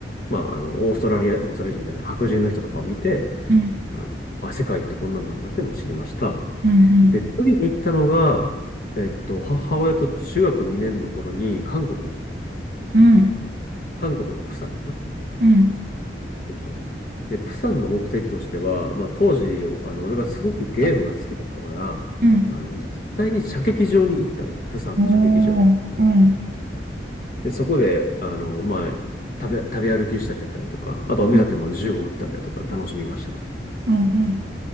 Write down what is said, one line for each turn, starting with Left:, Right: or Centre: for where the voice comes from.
Left: まあ、あの、オーストラリア、オーストラリア人じゃない、白人の人とかを見て、
Right: うん、
Left: あの、あ、世界ってこんなんなんだってものを知りました。
Right: うん、うん、
Left: で、次に行ったのが、えっと、母親と中学2年の頃に韓国に行った。
Right: うん、
Left: 韓国のプサンかな。
Right: うん、
Left: そうそう。で、プサンの目的としては、まあ、当時、あの、俺がすごくゲームが好きだったから、
Right: うん。
Left: あの、実際に射撃場に行ったのよ。プサンの射撃場。
Right: おー、うん、
Left: で、そこで、あの、まあ、食べ、食べ歩きしたりだったりとか、あとお目当ての銃を撃ったりだとかで楽しみましたと。
Right: うん、うん、